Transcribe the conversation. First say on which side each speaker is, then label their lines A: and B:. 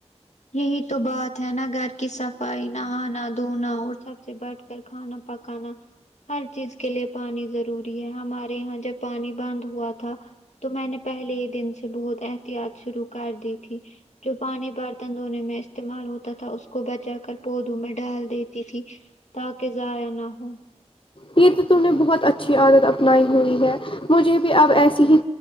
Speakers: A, on the left; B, on the left.
A: یہی تو بات ہے نا گھر کی صفائی نہانا دھونا اور سب سے بٹ کر کھانا پکانا ہر چیز کے لیے پانی ضروری ہے ہمارے یہاں جب پانی بند ہوا تھا تو میں نے پہلے ہی دن سے بہت احتیاط شروع کر دی تھی جو پانی بھر تندونے میں استعمال ہوتا تھا اس کو بچا کر پودوں میں ڈال دیتی تھی تاکہ زیہ یا نہ ہو
B: یہ تو تمہ نے بہت اچھی عادت اپنائی ہوئی ہے مجھے بھی اب ایسی ہی